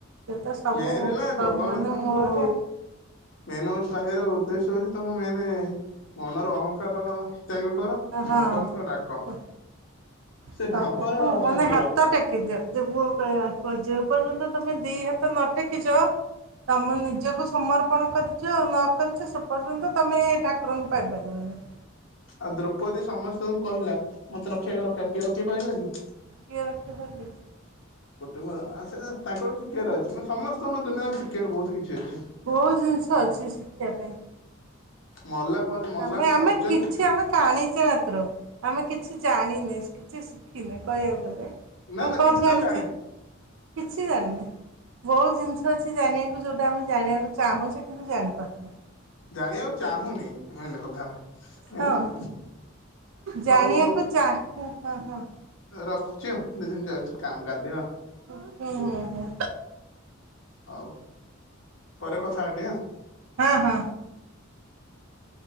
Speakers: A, on the right; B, on the left.
A: ସେ ତ ସବୁ
B: ମେନ୍ ହେଲା ଜଗନ୍ନାଥଙ୍କୁ
A: ମାନେ ମୂଳରେ
B: ମେନ୍ ହଉଛି ପାଇବାର ଉଦ୍ଦେଶ୍ୟ ହଉଛି ତମ ମେନ ମନର ଅହଙ୍କାର, ତ୍ୟାଗ କର
A: ହଁ।
B: ଭାବର ସହ ଡାକ। ସେ
A: ସବୁକୁ
B: ଭାବର
A: ମାନେ
B: ଠାକୁର
A: ହାତ ଟେକିଦିଅ ଯେ ମୁଁ ଦେଖ ଯେ ପର୍ଯ୍ୟନ୍ତ ତମେ ଦି ହାତ ନଟେକିଛ ତମେ ନିଜକୁ ସମର୍ପଣ କରିଛ ନ କରିଛ ସେ ପର୍ଯ୍ୟନ୍ତ ତମେ ଠାକୁରଙ୍କୁ ପାଇବନି। ହଁ
B: ଆଉ ଦ୍ରୌପଦୀ ସମସ୍ତଙ୍କୁ କହିଲା ମତେ ରକ୍ଷାକର ମତେ ରକ୍ଷା କର କିଏ ରକ୍ଷା କରି ପାରିଲା କି?
A: କିଏ ରକ୍ଷା କଲେ?
B: ଗୋଟେ ସେ ତାଙ୍କର ଶିକ୍ଷିବାର ଅଛି ନ ସମସ୍ତଙ୍କର ଦୁନିଆରେ ଶିଖିବାର ବହୁତ କିଛି ଅଛି।
A: ବହୁତ ଜିନିଷ ଅଛି ଶିଖିବା ପାଇଁ।
B: ମଲା ପର୍ଯ୍ୟ ମଲା
A: ଆମେ
B: ପର୍ଯ୍ୟନ୍ତ
A: ଆମେ କିଛି ଆମେ ଆଣିଛେ ମାତ୍ର ଆମେ କିଛି ଜାଣିନି କିଛି ଶିଖିନେ କହିବାକୁ ଗଲେ।
B: ନା
A: ଆଉ
B: ନା କିଛି
A: କଣ
B: ତମେ
A: ଜାଣିଛେ?
B: ଜାଣି
A: କିଛି ଜାଣିନେ ବହୁତ ଜିନିଷ ଅଛି ଜାଣିବାକୁ ଯୋଉଟା ଆମେ ଜାଣିବାକୁ ଚାହୁଁଛେ କିନ୍ତୁ ଜାଣିପାରୁନେ।
B: ଜାଣିବାକୁ ଚାହୁଁନେ ମେନ୍ କଥା ହେଲା, ମେନ୍
A: ହଁ।
B: ହେଲା
A: ଜାଣିବାକୁ
B: ହଉ,
A: ଚାହେଁ ହଁ ହଁ। ହୁଁ
B: ରଖୁଛି ଆଉ ଦିଦି ମୁଁ ଯାଉଛି କାମ ଗାଧେଇବା ଆଉ
A: ଓହୋ ହଉ ହଉ।
B: ହଉ ପରେ କଥା ହେବା ଟିକେ ଆଉ।
A: ହଁ ହଁ